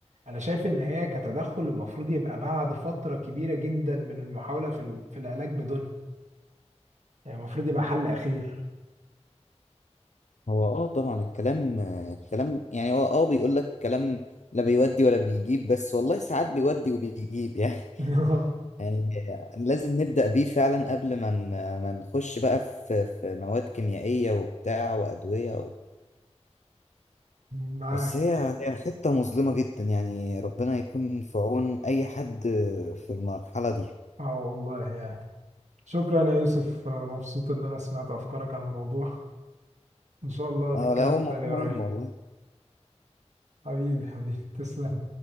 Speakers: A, on the right; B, on the left.
A: أنا شايف إن هي كتدخل المفروض يبقى بعد فترة كبيرة جدا من المحاولة في ال- في العلاج بدونها يعني المفروض يبقى حل أخير
B: هو اه طبعا الكلام آه، الكلام يعني هو اه بيقول لك كلام لا بيودي ولا بيجيب بس والله ساعات بيودي وبيجيب يعني
A: <laughs>
B: <laughs> يعني لازم نبدأ بيه فعلا قبل ما ن- ما نخش بقى في في مواد كيميائية وبتاع وأدوية و...
A: معاك
B: بس هي هي حتة مظلمة جدا يعني ربنا يكون في عون أي حد في المرحلة دي
A: اه والله يعني شكرا يا يوسف آه، مبسوط ان انا سمعت افكارك عن الموضوع ان شاء الله نتكلم
B: اه لا هو موضوع
A: تاني قريب
B: مهم والله
A: حبيبي حبيبي تسلم